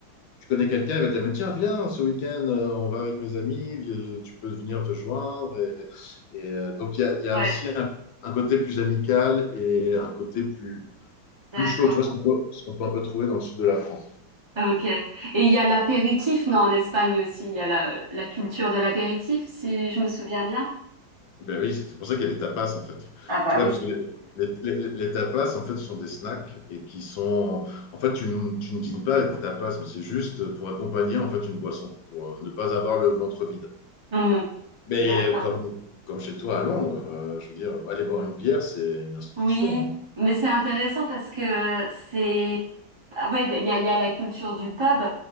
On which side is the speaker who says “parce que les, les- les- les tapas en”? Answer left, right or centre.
Left